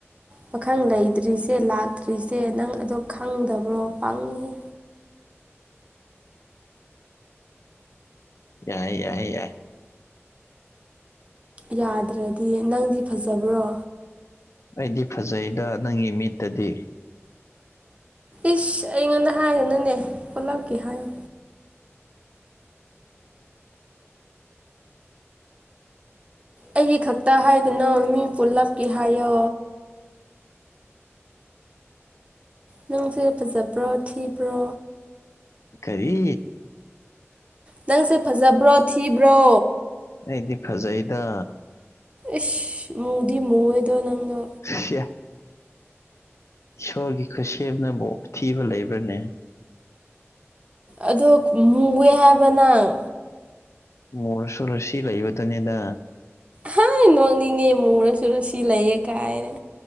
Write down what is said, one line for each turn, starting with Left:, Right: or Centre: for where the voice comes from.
Right: ꯄꯥꯈꯪ ꯂꯩꯇ꯭ꯔꯤꯁꯦ ꯂꯥꯛꯇ꯭ꯔꯤꯁꯦ ꯅꯪ ꯑꯗꯣ ꯈꯪꯗꯕ꯭ꯔꯣ ꯄꯪꯉꯤꯍꯦ
Left: ꯌꯥꯏ ꯌꯥꯏ ꯌꯥꯏ
Right: ꯌꯥꯗ꯭ꯔꯗꯤ ꯅꯪꯗꯤ ꯐꯖꯕ꯭ꯔꯣ
Left: ꯑꯩꯗꯤ ꯐꯖꯩꯗ ꯅꯪꯒꯤ ꯃꯤꯠꯇꯗꯤ
Right: ꯏꯁ ꯑꯩꯉꯣꯟꯗ ꯍꯥꯏꯒꯅꯨꯅꯦ ꯄꯨꯂꯞꯀꯤ ꯍꯥꯏꯌꯣ ꯑꯩꯒꯤ ꯈꯛꯇ ꯍꯥꯏꯒꯅꯣ ꯃꯤ ꯄꯨꯜꯂꯞꯀꯤ ꯍꯥꯏꯌꯣ ꯅꯪꯁꯦ ꯐꯖꯕ꯭ꯔꯣ ꯊꯤꯕ꯭ꯔꯣ
Left: ꯀꯔꯤ
Right: ꯅꯪꯁꯦ ꯐꯖꯕ꯭ꯔꯣ ꯊꯤꯕ꯭ꯔꯣ
Left: ꯑꯩꯗꯤ ꯐꯖꯩꯗ
Right: ꯏꯁ ꯃꯨꯗꯤ ꯃꯨꯋꯦꯗꯣ ꯅꯪꯗꯣ
Left: ꯁꯤꯌꯥ ꯏꯁꯣꯔꯒꯤ ꯈꯨꯠꯁꯦꯝꯅꯕꯨ ꯊꯤꯕ ꯂꯩꯕ꯭ꯔꯅꯦ
Right: ꯑꯗꯣ ꯃꯨꯋꯦ ꯍꯥꯏꯕ ꯅꯪ
Left: ꯃꯨꯔꯁꯨ ꯔꯥꯁꯤ ꯂꯩꯕꯗꯨꯅꯤꯗ
Right: ꯍꯥꯏ ꯅꯣꯛꯅꯤꯡꯉꯦ ꯃꯨꯔꯁꯨꯨ ꯔꯥꯁꯤ ꯂꯩꯌꯦ ꯀꯥꯏꯅ